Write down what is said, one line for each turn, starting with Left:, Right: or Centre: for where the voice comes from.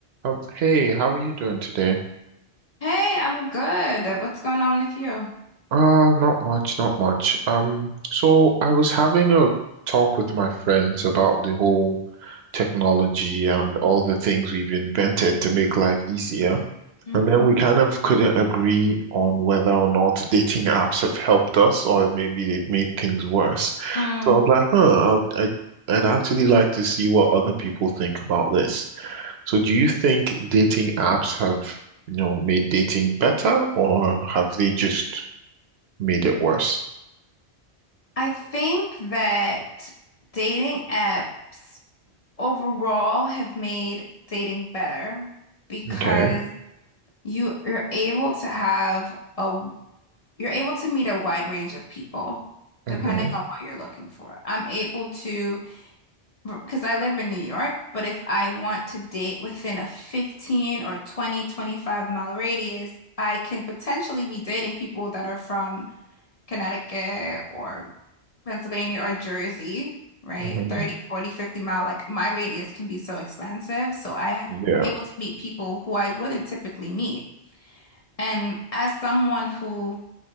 Right: Um, hey, how are you doing today?
Left: Hey, I'm good. What's going on with you?
Right: Uh, not much, not much. Um, so I was having a talk with my friends about the whole technology and all the things we've invented to make life easier.
Left: hmm
Right: And then we kind of couldn't agree on whether or not dating apps have helped us or maybe they've made things worse.
Left: Mm.
Right: So I was like, huh, I'd, I'd, I'd actually like to see what other people think about this. So do you think dating apps have, you know, made dating better or have they just made it worse?
Left: I think that dating apps overall have made dating better because
Right: Okay.
Left: you you're able to have a you're able to meet a wide range of people depending
Right: hmm
Left: on what you're looking for. I'm able to because I live in New York, but if I want to date within a 15 or 20, 25 mile radius, I can potentially be dating people that are from Connecticut or Pennsylvania or Jersey, right?
Right: hmm
Left: thirty, 40, 50 mile, like my radius can be so expansive. So I
Right: Yeah.
Left: I'm able to meet people who I wouldn't typically meet. And as someone who